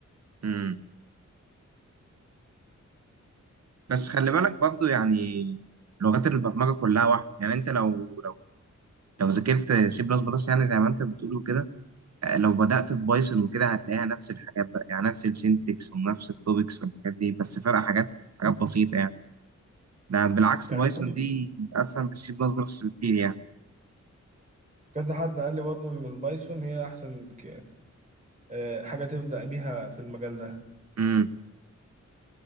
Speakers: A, on the right; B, on the right.
A: امم بس خلي بالك برضو يعني لغات البرمجه كلها واحده يعني انت لو لو لو ذاكرت سي بلس بلس يعني زي ما انت بتقول وكده آه، لو بدأت في بايثون وكده هتلاقيها نفس الحاجات بقى يعني نفس السينتكس ونفس التوبكس والحاجات دي بس فرق حاجات حاجات بسيطه يعني ده بالعكس
B: يعني
A: بايثون
B: كل
A: دي اسهل من سي بلس بلس بكتير يعني
B: كذا حد قال لي برضه ان البايثون هي احسن ك... آه، حاجه تبدا بيها في المجال ده
A: امم